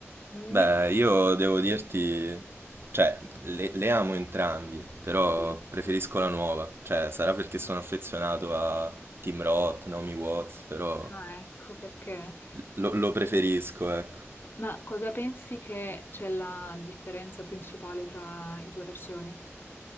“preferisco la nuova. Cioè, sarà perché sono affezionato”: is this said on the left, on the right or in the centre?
Right